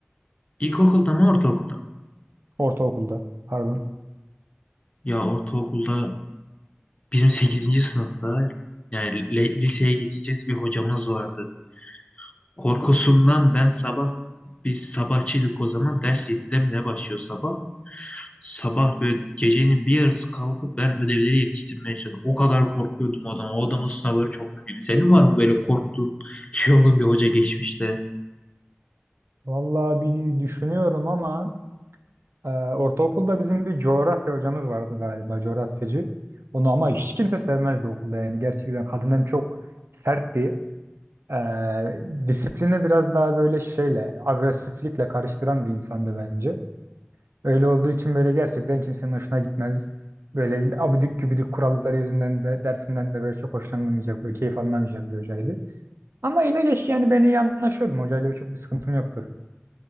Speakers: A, on the left; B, on the right.
A: İlkokulda mı ortaokulda mı?
B: Ortaokulda pardon.
A: Ya ortaokulda bizim sekizinci sınıfta yani le- liseye geçeceğiz bir hocamız vardı. Korkusundan ben sabah biz sabahçıydık o zaman ders 7'de mi ne başlıyor sabah? Sabah böyle gecenin bir yarısı kalkıp ben ödevleri yetiştirmeye çalıştım. O kadar korkuyordum o adama. O adamın sınavları çok kötüydü. Senin var mı böyle korktuğun, şey olduğun bir hoca geçmişte?
B: Vallahi bir düşünüyorum ama Ee, ortaokulda bizim bir coğrafya hocamız vardı galiba, coğrafyacı. Onu ama hiç kimse sevmezdi okulda yani. Gerçekten kadın hem çok sertti. Ee, disiplini biraz daha böyle şeyle, agresiflikle karıştıran bir insandı bence. Öyle olduğu için böyle gerçekten kimsenin hoşuna gitmez. Böyle abidik gübidik kuralları yüzünden de dersinden de böyle çok hoşlanılmayacak, böyle keyif alınamayacak bir hocaydı. Ama yine geç yani ben iyi anlaşıyordum. Hocayla bir çok bir sıkıntım yoktu.